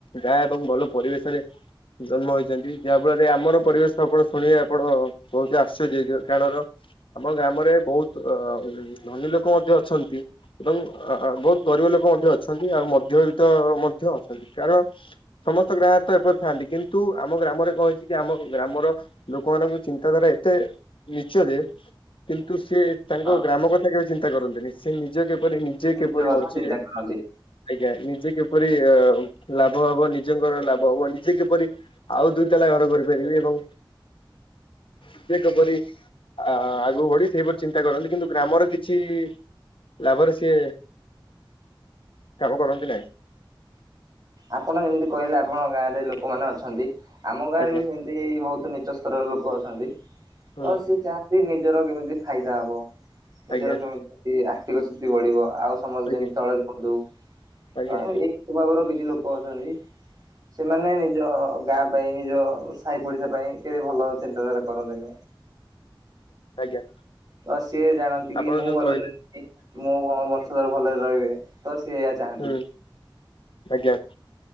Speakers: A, on the left; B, on the right.
A: ଗାଁ ଏବଂ ଭଲ ପରିବେଶରେ ଜନ୍ମ ହେଇଛନ୍ତି ‌। ଯାହା ଫଳରେ ଆମର ପରିବେଶ ଆପଣ ଶୁଣିବେ ଆପଣ ବହୁତ ଆଶ୍ଚର୍ଯ୍ୟ ହେଇଯିବ କାରଣ। ଆମ ଗ୍ରାମରେ ବହୁତ ଧନୀ ଲୋକ ମଧ୍ୟ ଅଛନ୍ତି ଏବଂ ବହୁତ ଗରିବ ଲୋକ ମଧ୍ୟ ଅଛନ୍ତି ଆଉ ମଧ୍ୟବିତ୍ତ ମଧ୍ୟ ଅଛନ୍ତି କାରଣ। ସମସ୍ତ ଗାଁ ରେ ତ ଏପରି ଥାଆନ୍ତି କିନ୍ତୁ, ଆମ ଗ୍ରାମରେ କଣ ହେଇଛି କି ଆମ ଗ୍ରାମର ଲୋକମାନଙ୍କ ଚିନ୍ତାଧାରା ଏତେ ନିଚ ଯେ କିନ୍ତୁ ସେ ତାଙ୍କ
B: ହଁ
A: ଗ୍ରାମ କଥା କେବେ ଚିନ୍ତା କରନ୍ତିନି। ସେ ନିଜ କେ କିପରି ନିଜେ କିପରି
B: ନିଜ କଥା
A: ବଞ୍ଚିବେ?
B: ଚିନ୍ତା କରନ୍ତି
A: ଆଜ୍ଞା, ନିଜେ କିପରି ଅ ଲାଭ ହବ ନିଜଙ୍କର ଲାଭ ହବ, ନିଜେ କିପରି ଆଉ ଦୁଇ ତାଲା ଘର କରିପାରିବି ଏବଂ ନିଜେ କିପରି ଆ ଆଗକୁ ବଢି ସେଇପରି ଚିନ୍ତା କରନ୍ତି କିନ୍ତୁ ଗ୍ରାମର କିଛି ଲାଭର ସିଏ କାମ କରନ୍ତି ନାହିଁ।
B: ଆପଣ ଯେମିତି କହିଲେ ଆପଣ ଗାଁ ରେ ଲୋକମାନେ ଅଛନ୍ତି। ଆମ ଗାଁରେ
A: ଆଜ୍ଞା
B: ବି ସେମ ତି ବହୁତ ନିଚ ସ୍ତରର ଲୋକ ଅଛନ୍ତି। ତ
A: ହୁଁ
B: ସିଏ ଚାହାନ୍ତି ନିଜର କେମିତି ଫାଇଦା ହବ। ନିଜର
A: ଆଜ୍ଞା
B: କେମିତି ଆର୍ଥିକ ସ୍ଥିତି ବଢିବ ଆଉ ସମସ୍ତେ
A: ଆଜ୍ଞା
B: ଯେମତି ତଳେ ରୁହନ୍ତୁ
A: ଆଜ୍ଞା।
B: ତ ଏଇ ସ୍ଵଭାଵର କିଛି ଲୋକ ଅଛନ୍ତି। ସେମାନେ ନିଜ ଗାଁ ପାଇଁ ନିଜ ସାହି ପଡିଶା ପାଇଁ କେବେ ଭଲ ଚିନ୍ତାଧାରା କରନ୍ତିନି।
A: ଆଜ୍ଞା।
B: ତ ସିଏ ଜାଣନ୍ତି କି
A: ଆପଣ
B: ମୁଁ
A: ଯୋଉ
B: ଭଲ
A: କହିଲେ
B: ରେ ମୁଁ ମୋ ବଂଶଧର ଭଲରେ ରହିବେ ତ ସେ ଚାହାନ୍ତି
A: ହୁଁ ଆଜ୍ଞା।